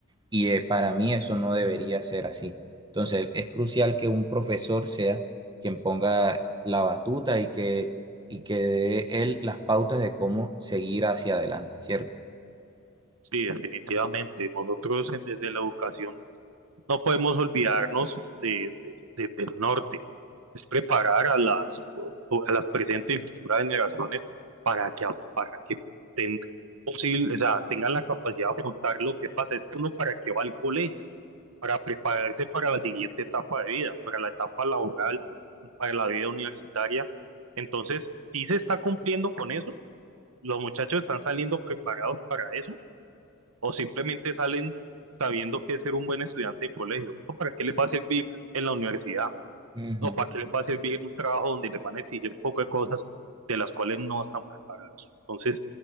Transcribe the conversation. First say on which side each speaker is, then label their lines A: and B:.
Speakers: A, on the right; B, on the right.
A: y eh, para mí eso no debería ser así. Entonces es crucial que un profesor sea quien ponga la batuta y que y que dé él las pautas de cómo seguir hacia adelante, ¿cierto?
B: Sí, definitivamente. Nosotros eh, desde la educación no podemos olvidarnos de, de- de- del norte. Es preparar a las, o- o a las presentes y futuras generaciones para que, af- para que estén posible, o sea, tengan la capacidad de afrontar lo que pasa. Es que uno para qué va al colegio. para prepararse para la siguiente etapa de vida, para la etapa laboral y para la vida universitaria. Entonces, si se está cumpliendo con eso? ¿Los muchachos están saliendo preparados para eso? ¿O simplemente salen sabiendo que es ser un buen estudiante de colegio? ¿O para qué les va a servir en la universidad?
A: Ujú,
B: ¿O para qué les va a servir en un trabajo donde les van a exigir poco de cosas de las cuales no están preparados? Entonces,